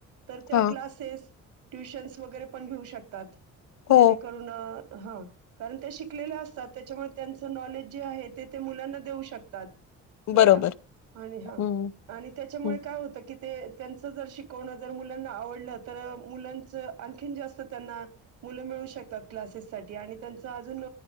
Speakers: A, on the right; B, on the left.
A: तर त्या
B: हा
A: क्लासेस ट्युशन्स वगैरे पण घेऊ शकतात.
B: हो
A: जेणेकरून हा. कारण ते शिकलेल्या असतात तेच्यामुळे त्यांचं नॉलेज जे आहे ते ते मुलांना देऊ शकतात. नाही
B: बरोबर
A: का आणि हा
B: हम्म
A: आणि तेच्यामुळे
B: हम्म
A: काय होत कि ते त्यांच जर शिकवण जर मुलांना आवडल तर, मुलांचा आणखिन जास्त त्यांना मुल मिळू शकतात, क्लासेससाठी आणि त्याच अजून